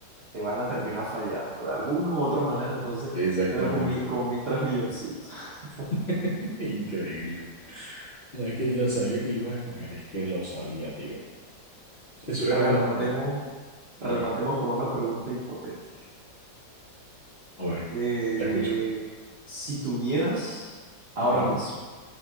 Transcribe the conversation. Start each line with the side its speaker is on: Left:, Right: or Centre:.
Right: te van a terminar fallando de alguna u otra manera. Entonces,
Left: Exactamente.
Right: me quedo con mi, con mis tres milloncitos. <laughs>
Left: <laughs> Increíble. No es que yo sabía que lo ibas a escoger, es que lo sabía, tío. Eso era...
Right: A ver,
Left: mm,
Right: rematemos, rematemos
Left: A ver,
Right: con una pregunta hipotética.
Left: a ver,
Right: Eh,
Left: te escucho.
Right: si tuvieras ahora
Left: Ujú,
Right: mismo